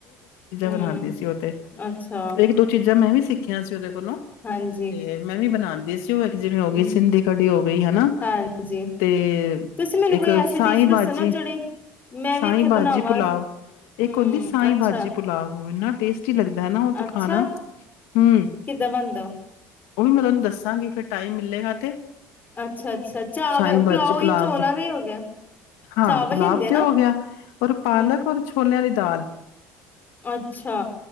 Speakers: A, on the left (about 30°); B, on the left (about 80°).
A: ਹੂੰ
B: ਬਣਾਉਂਦੀ ਸੀ ਉਹ ਤੇ,
A: ਅੱਛਾ
B: ਇੱਕ- ਦੋ ਚੀਜ਼ਾਂ ਮੈਂ ਵੀ ਸਿੱਖਿਆ ਸੀ ਉਹਦੇ ਦੋਨੋ,
A: ਹਾਂਜੀ
B: ਤੇ ਮੈਂ ਵੀ ਬਣਾਉਂਦੀ ਸੀ ਉਹ ਜਿਵੇਂ
A: ਹੂੰ
B: ਹੋ ਗਈ ਸਿੰਧੀ ਕੜੀ ਹੋ ਗਈ, ਹੈਨਾ,
A: ਹਾਂਜੀ
B: ਤੇ
A: ਤੁਸੀਂ ਮੈਨੂੰ
B: ਇੱਕ
A: ਕੋਈ ਐਸੀ
B: ਸਾਈ-
A: ਡਿਸ਼ ਦੱਸੋ
B: ਬਾਜੀ,
A: ਨਾ ਜਿਹੜੇ ਮੈਂ
B: ਸਾਈ
A: ਵੀ ਇੱਥੇ
B: ਬਾਜੀ
A: ਬਣਾਵਾਂ
B: ਪੁੁਲਾਵ ਇੱਕ
A: ਹੂੰ
B: ਹੁੰਦੀ ਸਾਈ
A: ਅੱਛਾ
B: ਬਾਜੀ ਆਹੋ ਇੰਨਾ ਟੇਸਟੀ ਲੱਗਦਾ ਨਾ ਉਹ ਤੇ
A: ਅੱਛਾ
B: ਖਾਣਾ ਹਮ
A: ਕਿੱਦਾਂ ਬਣਦਾ ਉਹ
B: ਉਹ ਵੀ ਮੈਂ ਤੁਹਾਨੂੰ ਦੱਸਾਂਗੀ ਫਿਰ ਟਾਈਮ ਮਿਲੇਗਾ ਤੇ
A: ਅੱਛਾ ਅੱਛਾ ਚਾਵਲ
B: ਸਾਈ
A: ਪੁਲਾਓ
B: ਭਾਜ਼ੀ ਪੁੁਲਾਵ
A: ਹੀ ਚੋਲਾਂ
B: ਦੇ,
A: ਦਾ ਹੀ ਹੋ ਗਿਆ
B: ਹਾਂ
A: ਚਾਵਲ
B: ਪੁੁਲਾਬ
A: ਹੀ ਹੁੰਦੇ ਆ
B: ਤੇ
A: ਨਾ
B: ਹੋ ਗਿਆ, ਹੋਰ
A: ਹੂੰ
B: ਪਾਲਕ ਔਰ ਛੋਲਿਆਂ ਦੀ ਦਾਲ
A: ਅੱਛਾ